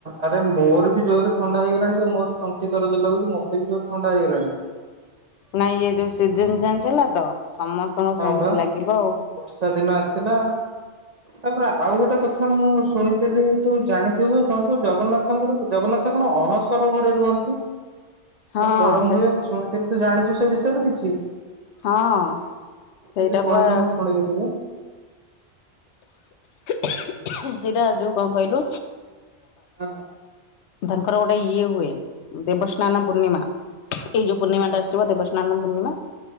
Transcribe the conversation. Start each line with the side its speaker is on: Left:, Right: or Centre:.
Right: ଆରେ ମୋର ବି ଜୋରରେ ଥଣ୍ଡା ହେଇଗଲାଣି। ମୋର ତଣ୍ଟି ଦରଜ ଲାଗୁଛି ମତେ ବି ଜୋର ଥଣ୍ଡା ହେଇଗଲାଣି।
Left: ନାଇଁ ଇଏ ଯୋଉ ସିଜିନ୍ ଚେଞ୍ଜ୍ ହେଲା ତ। ସମସ୍ତଙ୍କୁ
Right: ହଁ
Left: ସେମିତି
Right: ବା
Left: ଲାଗିବ ଆଉ
Right: ବର୍ଷା ଦିନ ଆସିଲା। ତାପରେ ଆଉ ଗୋଟେ କଥା ମୁଁ ଶୁଣିଥିଲି ତୁ ଜାଣିଥିବୁ ଶୁଣଛୁ ଜଗନ୍ନାଥଙ୍କର ଜଗନ୍ନାଥ କଣ ଅଣସର ଘରେ ରୁହନ୍ତି।
Left: ହଁ
Right: ଗରମ
Left: ସେ
Right: ହୁଏ ମୁଁ ଶୁଣିଥିଲି ତୁ ଜାଣିଛୁ ସେ ବିଷୟରେ କିଛି?
Left: ହଁ। ସେଇଟା
Right: ଟିକେ କହିଲ
Left: ବା
Right: ମୁ ଶୁଣିବି ଟିକେ।
Left: ସେଇଟା ଯୋଉ କଣ କହିଲୁ।
Right: ହଁ
Left: ତାଙ୍କର ଗୋଟେ ଇଏ ହୁଏ ଦେବସ୍ ସ୍ନାନ ପୂର୍ଣ୍ଣିମା
Right: ହଁ
Left: ଏଇ ଯୋଉ
Right: ହଁ
Left: ପୂର୍ଣ୍ଣିମା
Right: ହଁ
Left: ଟା ଆସିବ ଦେବସ୍ନାନ ପୂର୍ଣ୍ଣିମା